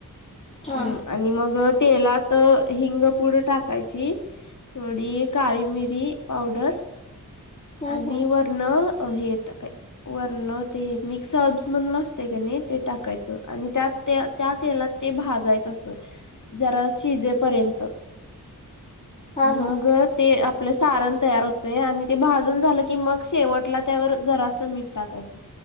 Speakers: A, on the left (about 20°); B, on the left (about 55°).
A: हा
B: ह आणि मग, तेलात हिंगपूड टाकायची थोडी काळी मिरी पावडर
A: हम्म
B: आणि
A: हम्म
B: वरन हे टाकाय वरन ते मिक्स अब्स म्हणून असते का नाही ते टाकायचं आणि त्यात त्या, त्या तेलात ते भाजायचं अस जरा शिजेपर्यंत.
A: हा
B: मग
A: हा
B: ते आपलं सारण तयार होतोय आणि ते भा जून झालं की मग शेवटला त्यावर जरास मीठ टाकायचं.